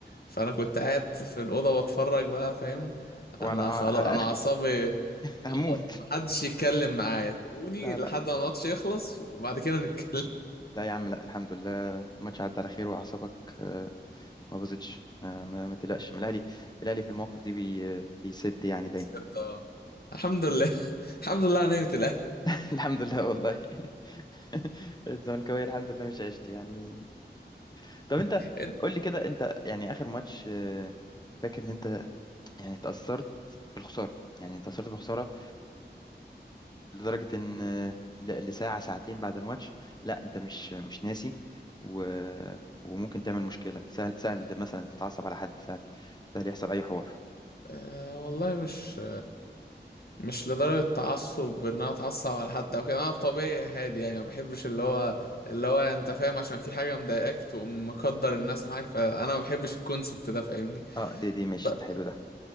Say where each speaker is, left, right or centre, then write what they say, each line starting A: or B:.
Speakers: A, on the left (about 60°); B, on the left (about 20°).
A: فانا كنت قاعد في الاوضه بتفرج بقى فاهم
B: وعلى
A: انا
B: على
A: خلاص انا
B: اخري
A: اعصابي اه
B: هموت
A: محدش يتكلم معايا سيبوني
B: لا
A: لحد
B: لا
A: ما الماتش يخلص وبعد كده نتكلم <laughs>
B: لا يا عم لا الحمد لله الماتش عدى على خير واعصابك آه، ما باظتش ما, ما, ما تقلقش من الاهلي الاهلي في المواقف دي بي بيسد يعني دايما
A: بجد، آه. الحمد لله <laughs> الحمد لله على نعمه الاهلي
B: <laughs> الحمد لله والله <laughs> الزملكاويه الحمد لله مش عشت يعني طب انت
A: انت
B: قول لي كده انت يعني اخر ماتش آه، فاكر ان انت يعني تاثرت بالخساره يعني تاثرت بالخساره لدرجة إن آه، ل- لساعة ساعتين بعد الماتش لا أنت مش مش ناسي و... وممكن تعمل مشكلة سهل سهل مثلا تتعصب على حد سهل سهل يحصل أي حوار
A: آه والله مش مش لدرجة تعصب ان انا اتعصب على حد او كده انا بطبيعي هادي يعني ما بحبش اللي هو اللي هو انت فاهم عشان في حاجة مضايقاك تقوم مقدر الناس معاك فانا ما بحبش الكونسبت ده فاهمني
B: اه دي دي ماشي
A: ب...
B: ده حلو ده